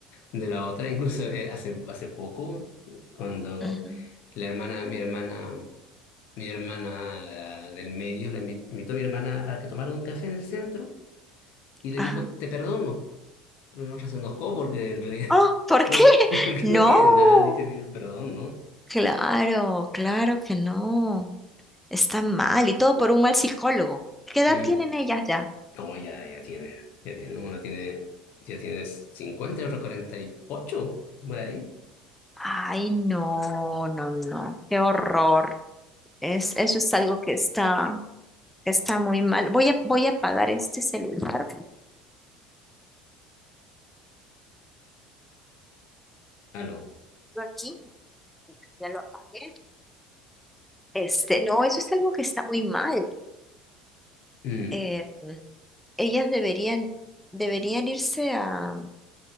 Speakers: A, on the left; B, in the centre.
A: De la otra, incluso eh, hace, hace poco, cuando
B: Ujú.
A: La hermana, mi hermana, mi hermana ah, del medio, la invi- invitó a mi hermana a que tomaran un café en el centro y le
B: Ajá.
A: dijo, te perdono. Pero la otra se enojó porque en realidad
B: Oh,
A: <laughs>
B: ¿por
A: no,
B: qué?
A: <laughs>
B: <laughs>
A: porque
B: No,
A: no tiene nada de que pedir el perdón, ¿no?
B: claro, claro que no. Está mal y todo por un mal psicólogo. ¿Qué edad
A: Mm.
B: tienen ellas ya?
A: No, ya, ya tiene, ya tiene, una tiene, ya tienes 50 y otra 48, por ahí.
B: Ay, no, no, no, qué horror. Es, eso es algo que está, está muy mal. Voy a, voy a apagar este celular.
A: Aló.
B: Yo aquí. ya lo apagué. Este, no, eso es algo que está muy mal.
A: Mm,
B: Eh, ellas deberían, deberían irse a,